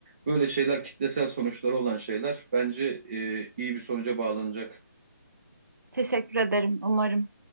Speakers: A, on the right (about 30°); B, on the right (about 75°).
A: Böyle şeyler kitlesel sonuçları olan şeyler bence e, iyi bir sonuca bağlanacak.
B: Teşekkür ederim. Umarım